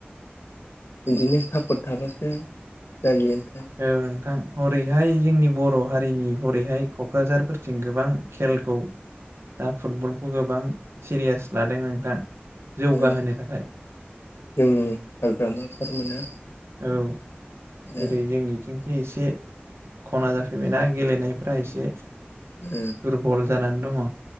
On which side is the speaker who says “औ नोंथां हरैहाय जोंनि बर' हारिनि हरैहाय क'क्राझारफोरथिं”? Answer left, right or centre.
Right